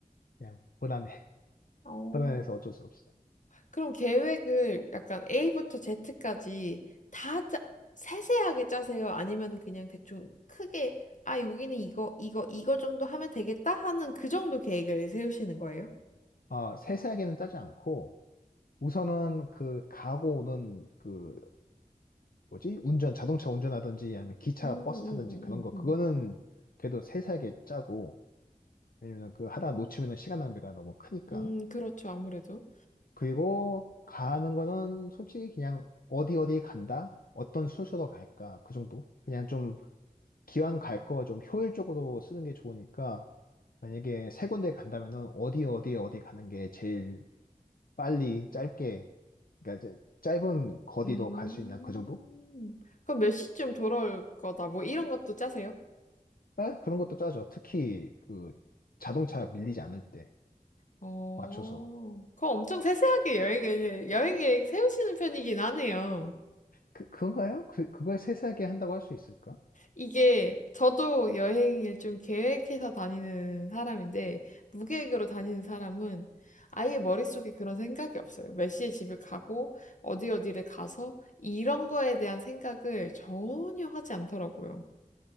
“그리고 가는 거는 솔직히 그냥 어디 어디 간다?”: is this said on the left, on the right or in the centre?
Left